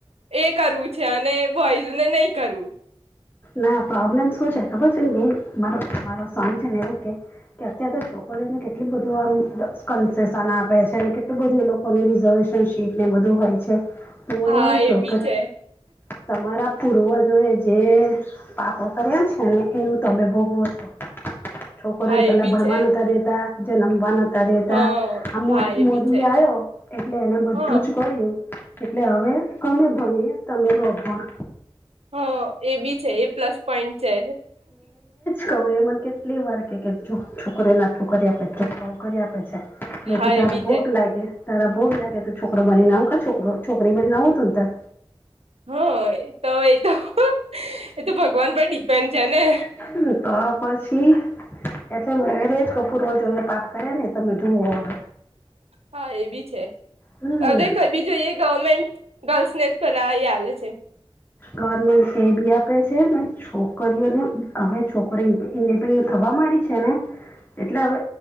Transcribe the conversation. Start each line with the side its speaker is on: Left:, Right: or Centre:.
Right: એ કરવું છે અને બોઈઝ ને નહી કરવું.
Left: ના પ્રોબ્લેમ શું છે ખબર છે મેન મારો મારો શન છે ને એવું કે, કે અત્યાર તો છોકરીઓને કેટલું બધું આમ કન્સેેશન આપે છે અને કેટલું બધું એ લોક કોની રિઝર્વેશન સીટ ને બધું હોય છે. તો હું
Right: હા
Left: એવું ઇચ્છું
Right: એ બી
Left: કે
Right: છે
Left: તમારા પૂર્વજોએ જે પાપો કર્યા છે ને, એવું તમે ભોગવો છો. છોકરોન
Right: હા
Left: પેહલા
Right: એ બી
Left: ભણવા
Right: છે
Left: નતા દેતા, જનમવા નતા નતા દેતા.
Right: હ
Left: આ
Right: હા એ
Left: મોદી
Right: બી છે
Left: આવ્યો એટલે એને બધું
Right: હ
Left: જ કર્યું. એટલે હવે અમે ભણીએ તમે રો અભણ.
Right: હા, એ બી છે. એ પ્લસ પોઈન્ટ છે.
Left: તો એ મને કેટલી વાર કે જો છોકરીન આટલું કરી આપે છોકરાઓ કરી આપે મેંતું
Right: હા
Left: તારા
Right: એ બી
Left: ભોગ
Right: છે
Left: લાગે, તારા ભોગ લાગે તો છોકરો બનીને આવું કા છોકરો છોકરી બનીન આવુતુંન તા.
Right: હ, એ તો એ તો. એ તો ભગવાન પર ડિપેન્ડ છે ને?
Left: <unintelligible> તો. પછી એટલે મેરેજ પુર્વ જનમમાં પાપ કર્યા ને તમે ધોવો અવે.
Right: હા એ બી છે,
Left: હમ
Right: હવે કઈ બી જોઈએ ગવર્મેન્ટ, ગર્લ્સને જ બધા એ આલે છે.
Left: ગવર્મેન્ટ ફી બી આપે છે ને છોકરીઓને, હવે છોકરી ઇન્ડિપેન્ડન્ટ થવા માંડી છે ને એટલે હવે